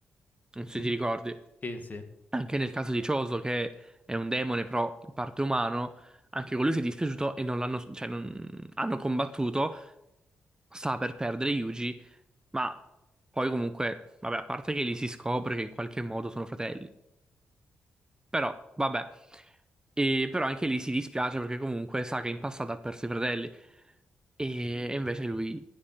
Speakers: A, on the right; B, on the left.
A: non so se
B: Mhm,
A: ti ricordi.
B: Sì, sì.
A: Anche nel caso di Choso, che è un demone però in parte umano, anche con lui si è dispiaciuto e non l'hanno, cioè, non, hanno combattuto, sta per perdere Yuji, ma poi comunque, vabbè, a parte che lì si scopre che in qualche modo sono fratelli. Però, vabbè. E, però anche lì si dispiace perché comunque sa che in passato ha perso i fratelli. E, e invece lui,